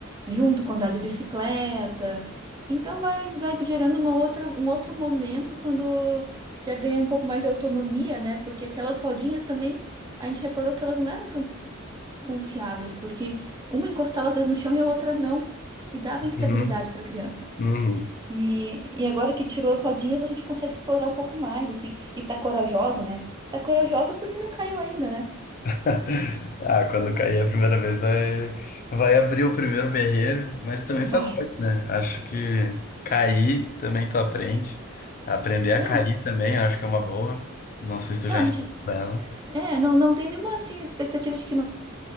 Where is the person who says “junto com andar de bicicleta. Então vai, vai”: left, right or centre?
Right